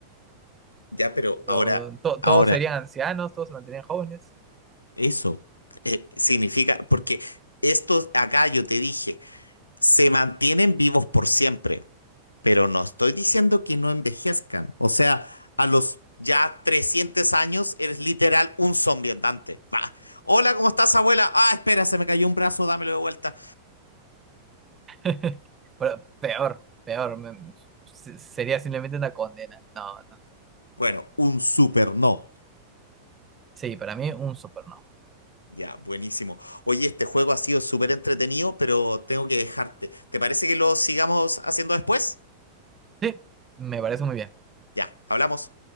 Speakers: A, on the left (about 80°); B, on the right (about 20°).
A: Ya, pero
B: Lo-
A: ahora,
B: to-
A: ahora,
B: todos serían ancianos, todos se mantenían jóvenes.
A: eso eh, significa, porque estos acá yo te dije, se mantienen vivos por siempre. Pero no estoy diciendo que no envejezcan. O sea, a los ya 300 años eres literal un zombie andante. Pa. Hola, ¿cómo estás, abuela? Ah, espera, se me cayó un brazo, dámelo de vuelta.
B: <laughs> Pero peor, peor. me- se- sería simplemente una condena. No, no.
A: Bueno, un super no.
B: Sí, para mí un super no.
A: Ya, buenísimo. Oye, este juego ha sido súper entretenido, pero tengo que dejarte. ¿Te parece que lo sigamos haciendo después?
B: Sí, me parece muy bien.
A: Ya, hablamos.